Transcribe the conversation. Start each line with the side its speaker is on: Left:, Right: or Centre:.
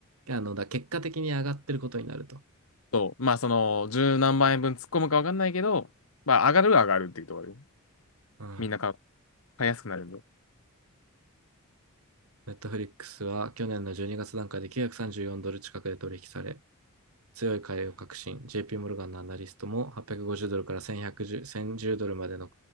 Right: あの、だ、結果的に上がってることになると。
Left: そう。まあ、その、十何万円分突っ込むかわかんないけど、まあ、上がるは上がるっていうところで。
Right: うん。
Left: みんな買う、買いやすくなるんで。
Right: ネットフリックスは去年の12月段階で934ドル近くで取引され、強い買いを確信。JP モルガンのアナリストも850ドルから1110 1 0ドルまでの